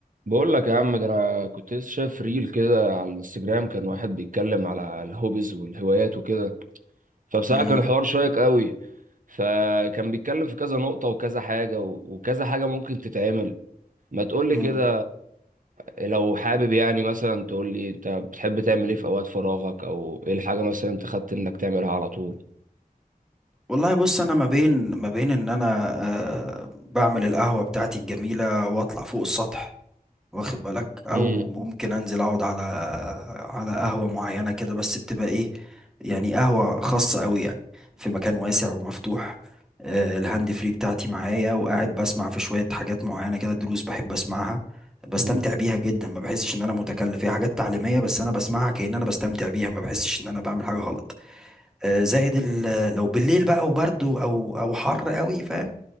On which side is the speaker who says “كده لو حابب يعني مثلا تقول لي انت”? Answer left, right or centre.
Right